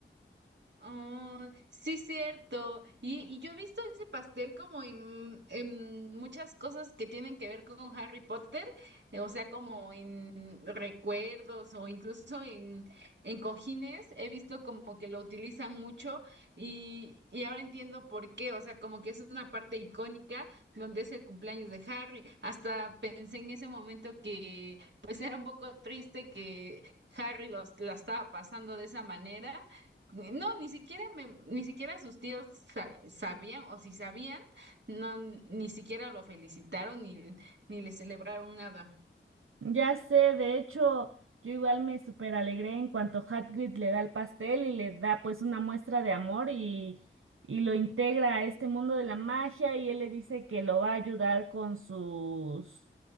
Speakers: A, on the right (about 60°); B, on the right (about 80°).
A: Oh, sí, cierto. Y, y yo he visto ese pastel como en, en muchas cosas que tienen que ver con Harry Potter, eh, o sea, como en recuerdos o incluso en, en cojines. He visto como que lo utilizan mucho y, y ahora entiendo por qué, o sea, como que es una parte icónica donde es el cumpleaños de Harry. Hasta pensé en ese momento que pues era un poco triste que Harry los, la estaba pasando de esa manera no, ni siquiera me- ni siquiera sus tíos sa- sabían, o si sabían, no, ni siquiera lo felicitaron ni, ni le celebraron nada.
B: Ya sé, de hecho, yo igual me súper alegré en cuanto Hagrid le da el pastel y le da pues una muestra de amor y, y lo integra a este mundo de la magia y él le dice que lo va a ayudar con sus